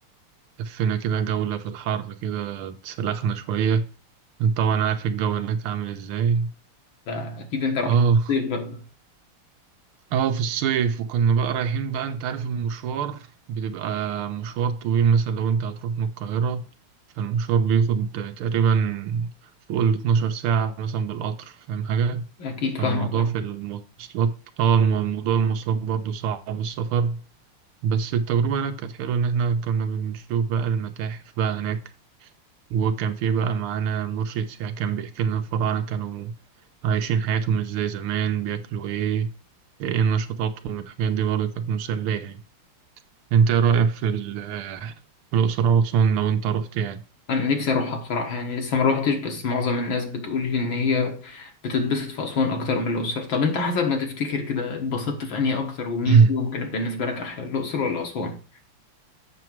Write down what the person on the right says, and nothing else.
لفينا كده جولة في الحر كده اتسلخنا شوية انت طبعا عارف الجو هناك عامل ازاي
اه
اه في الصيف وكنا بقى رايحين بقى انت عارف المشوار بتبقى مشوار طويل مثلا لو انت هتروح من القاهرة فالمشوار بياخد تقريبا فوق ال 12 ساعة مثلا بالقطر فاهم حاجة
فالموضوع
في المواصلات اه الم- موضوع المواصلات برضه صعب السفر بس التجربة هناك كانت حلوة إن احنا كنا بنشوف بقى المتاحف بقى هناك وكان في بقى معانا مرشد سياحي كان بيحكي لنا الفراعنة كانوا عايشين حياتهم ازاي زمان بياكلوا ايه ايه نشاطاتهم الحاجات دي برضه كانت مسلية يعني انت ايه رأيك في ال- في الأقصر وأسوان لو انت رحت يعني
<clears throat>